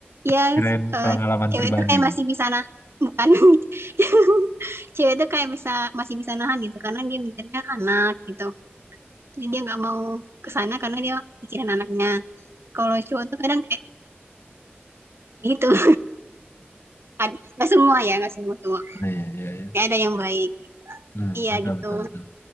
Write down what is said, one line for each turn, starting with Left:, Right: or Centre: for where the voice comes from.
Right: ya
Left: kirain
Right: eh,
Left: pengalaman
Right: cewek
Left: pribadi.
Right: itu kayak masih bisa nah bukan <laughs> cewek itu kayak bisa masih bisa nahan gitu karena dia mikirnya anak gitu. Jadi dia nggak mau kesana karena dia mikirin anaknya. Kalau cowok tuh kadang kayak gitu. <laughs> nggak semua ya, nggak semua cowok.
Left: Nah, Iya, iya, iya.
Right: ya ada yang baik.
Left: Hmm,
Right: Iya
Left: betul,
Right: gitu.
Left: betul, betul.